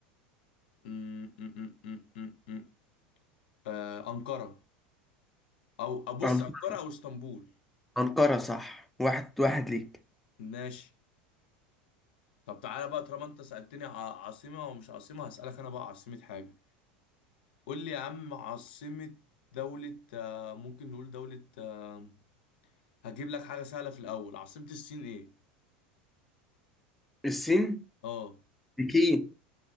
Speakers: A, on the left; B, in the centre.
A: أمم، أمم، أمم، أمم، أمم. آه، أنقرة أو أبص
B: أنق-
A: أنقرة أو اسطنبول
B: أنقرة صح واحد واحد ليك
A: ماشي طب تعالى بقى طالما أنت سألتني ع- عاصمة ومش عاصمة هسألك أنا بقى عاصمة حاجة قول لي يا عم عاصمة دولة آه، ممكن نقول دولة آه، هجيب لك حاجة سهلة في الأول عاصمة الصين إيه؟
B: الصين
A: أه
B: بكين